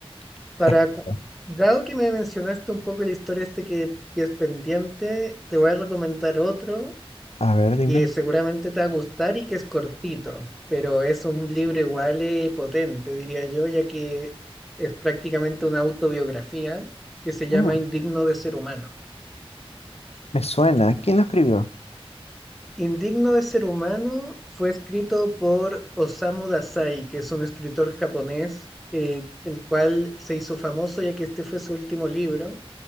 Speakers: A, on the left (about 85°); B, in the centre.
A: <laughs>
B: Para, cu- dado que me mencionaste un poco la historia este que, que es pendiente, te voy a recomendar otro
A: A ver, dime.
B: que seguramente te va a gustar y que es cortito, pero es un libro igual eh, potente, diría yo, ya que es prácticamente una autobiografía que se llama
A: Mm,
B: Indigno de ser humano.
A: me suena. ¿Quién lo escribió?
B: Indigno de ser humano fue escrito por Osamu Dazai, que es un escritor japonés, eh, el cual se hizo famoso ya que este fue su último libro,